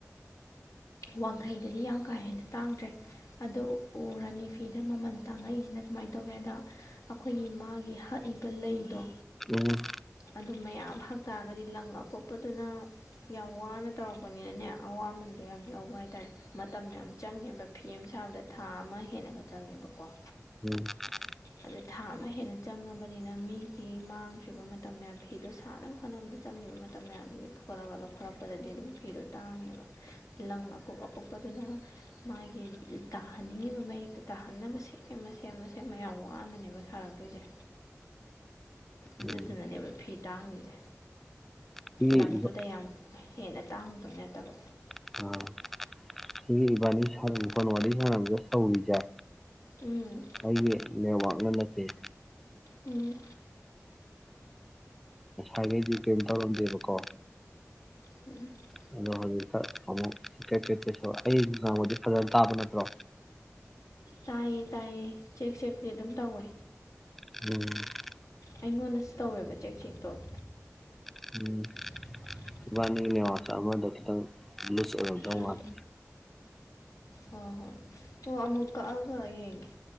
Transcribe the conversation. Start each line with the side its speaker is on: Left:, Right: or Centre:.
Left: ꯋꯥꯡꯈꯩꯗꯗꯤ ꯌꯥꯝ ꯀꯥ ꯍꯦꯟꯅ ꯇꯥꯡꯗ꯭ꯔꯦ ꯑꯗꯣ ꯑꯣ ꯔꯥꯅꯤ ꯐꯤꯗ ꯃꯃꯜ ꯇꯥꯡꯉꯛꯏꯁꯤꯅ ꯀꯃꯥꯏꯅ ꯇꯧꯒꯦ ꯍꯥꯏꯗ ꯑꯩꯈꯣꯏꯒꯤ ꯃꯥꯒꯤ ꯍꯛꯏꯕ ꯂꯩꯗꯣ
Centre: ꯎꯝ
Left: ꯑꯗꯨ ꯃꯌꯥꯝ ꯍꯛꯇꯥꯔꯒꯗꯤ ꯂꯪ ꯑꯀꯨꯞꯄꯗꯨꯅ ꯌꯥꯝ ꯋꯥꯅ ꯇꯧꯔꯛꯄꯅꯤꯅ ꯅꯦ ꯑꯋꯥꯃꯟꯗꯣ ꯌꯥꯝ ꯂꯧꯕ ꯍꯥꯏꯇꯥꯔꯦ ꯃꯇꯝ ꯌꯥꯝ ꯆꯪꯉꯦꯕ ꯐꯤ ꯑꯃ ꯁꯥꯕꯗ ꯊꯥ ꯑꯃ ꯍꯦꯟꯅꯒ ꯆꯪꯉꯦꯕꯀꯣ
Centre: <unintelligible>
Left: ꯑꯗꯨꯗ ꯊꯥ ꯑꯃ ꯍꯦꯟꯅ ꯆꯪꯉꯕꯅꯤꯅ ꯃꯤꯒꯤ ꯃꯥꯡꯈ꯭ꯔꯤꯕ ꯃꯇꯝ ꯃꯌꯥꯝ ꯐꯤꯗꯣ ꯁꯥꯟꯅꯕ ꯍꯣꯠꯅꯕꯗ ꯆꯪꯉꯤꯕ ꯃꯇꯝ ꯃꯌꯥꯝꯗꯨꯒꯤ ꯐꯨꯒꯠꯂꯒ ꯂꯧꯈꯠꯂꯛꯄꯗꯗꯤ ꯑꯗꯨꯝ ꯐꯤꯗꯣ ꯇꯥꯡꯉꯦꯕ ꯂꯪ ꯑꯀꯨꯞ ꯑꯀꯨꯞ ꯀꯨꯞꯄꯗꯨꯅ ꯃꯥꯒꯤ ꯇꯥꯍꯟꯅꯤꯡꯉꯤꯕ ꯃꯌꯦꯛꯇꯨ ꯇꯥꯍꯟꯅꯕ ꯁꯦꯝꯃ ꯁꯦꯝꯃ ꯁꯦꯝꯃ ꯌꯥꯝ ꯋꯥ ꯋꯥꯅꯅꯦꯕ ꯁꯥꯔꯛꯇꯣꯏꯖꯦ ꯑꯗꯨꯗꯨꯅꯅꯦꯕ
Centre: ꯎꯝ
Left: ꯐꯤ ꯇꯥꯡꯉꯤꯁꯦ
Centre: ꯁꯤꯒꯤ
Left: ꯂꯪꯗꯨꯗ
Centre: ꯏꯕ
Left: ꯌꯥꯝ ꯍꯦꯟꯅ ꯇꯥꯡꯉꯨꯕꯩ ꯅꯠꯇꯕ
Centre: <inaudible> <unintelligible> <unintelligible> ꯇꯧꯔꯤꯕ
Left: ꯎꯝ
Centre: ꯑꯩꯒꯤ ꯅꯦꯠꯋꯥꯛꯅꯦ <inaudible>
Left: ꯎꯝ
Centre: ꯉꯍꯥꯟꯒꯩꯗꯦ ꯀꯤꯝ ꯇꯧꯔꯝꯗꯦꯕꯀꯣ
Left: <inaudible>
Centre: ꯑꯩꯅ ꯍꯖꯤꯛꯇ ꯑꯃꯨꯛ ꯀꯩ ꯀꯩ ꯑꯩꯥꯅ ꯉꯥꯡꯕꯗꯤ ꯐꯖꯅ ꯇꯥꯕ ꯅꯠꯇ꯭ꯔꯣ
Left: ꯇꯥꯏꯌꯦ ꯇꯥꯏꯌꯦ ꯆꯦꯛ ꯆꯦꯛꯇꯤ ꯑꯗꯨꯝ ꯇꯧꯋꯦ
Centre: <inaudible>
Left: ꯑꯩꯉꯣꯟꯗꯁꯨ ꯇꯧꯋꯦꯕ ꯆꯦꯛ ꯆꯦꯛꯇꯣ <inaudible>
Centre: <inaudible>
Left: <inaudible>
Centre: ꯏꯕꯥꯟꯅꯤ ꯅꯦꯠꯋꯥꯛꯁꯦ ꯑꯃꯗ ꯈꯤꯇꯪ ꯂꯨꯁ ꯑꯣꯏꯔꯝꯗꯧ
Left: ꯎꯝ
Centre: ꯃꯥꯜꯂꯦ
Left: ꯍꯣꯏ ꯍꯣꯏ ꯍꯣ ꯑꯃꯨꯛ ꯀꯛꯑꯒ ꯌꯦꯡꯒꯦ